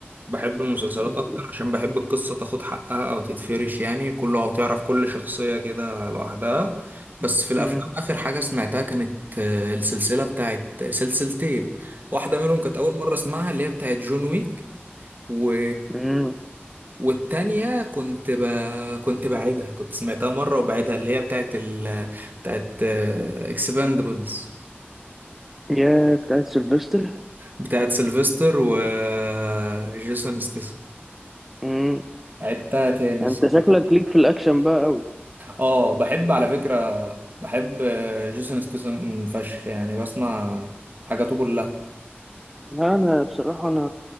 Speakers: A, on the right; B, in the centre.
A: بحب المسلسلات
B: مم.
A: أكتر عشان بحب القصة تاخد حقها أو تتفرش يعني كله أو تعرف كل شخصية كده لوحدها بس في الأفلام
B: مم.
A: آخر حاجة سمعتها كانت آه، السلسلة بتاعت سلسلتين واحدة منهم كانت أول مرة أسمعها اللي هي بتاعت جون ويك و...
B: مم.
A: والتانية كنت ب... كنت بعيدها كنت سمعتها مرة وبعيدها اللي هي بتاعت ال... بتاعت اكسباندبلز
B: يا بتاعت سيلفستر
A: بتاعت سيلفستر وجيسون ستاثام
B: مم.
A: عدتها تاني الصراحة
B: انت شكلك ليك في الاكشن بقى قوي
A: اه بحب على فكرة بحب آه، جيسون ستاثام فشخ يعني بسمع حاجاته كلها
B: لا انا بصراحه انا